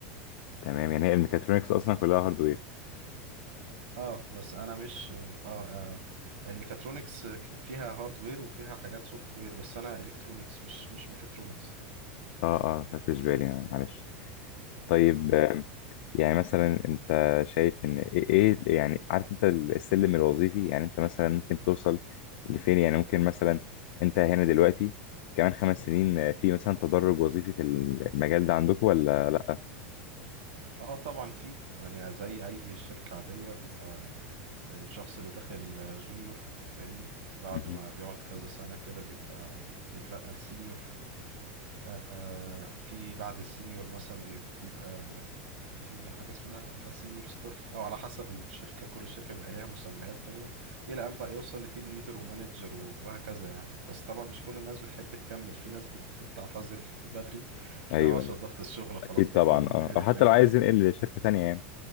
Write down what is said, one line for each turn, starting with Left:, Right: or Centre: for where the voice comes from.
Left: تمام يعني هي الميكاترونكس اصلا كلها هاردوير
Right: اه بس انا مش اه, آه الميكاترونكس فيها هاردوير وفيها حاجات سوفت وير بس انا الكترونكس مش مش ميكاترونكس
Left: اه اه خدتش بالي معلش طيب آم، يعني مثلا انت شايف ان ايه إيه- يعني عارف انت السلم الوظيفي يعني انت مثلا ممكن توصل لفين يعني ممكن مثلا انت هنا دلوقتي كمان خمس سنين آه، في مثلا تدرج وظيفي في المجال ده عندكم ولا لا
Right: اه طبعا فيه يعني زي اي شركة عادية بيبقى الشخص اللي داخل جونيور فاهمني بعد
Left: مهم.
Right: ما بيقعد كذا سنة كده بيبقى بيترقى لسينيور آه في بعد السينيور مثلا بي- بيبقى في حاجة اسمها سينيور ستاف او على حسب الشركة كل شركة بيبقى ليها مسميات تانية الى ان بقى يوصل لتيم ليدر ومانجر وهكذا يعني بس طبعا مش كل الناس بتحب تكمل في ناس بت- بتعتزل <laughs> بدري
Left: ايوه
Right: فاهم عشان
Left: ايوه
Right: ضغط الشغل خلاص
Left: اكيد
Right: بيكون
Left: طبعا اه
Right: قرف
Left: او حتى
Right: منه
Left: لو عايز ينقل لشركة تانية يعني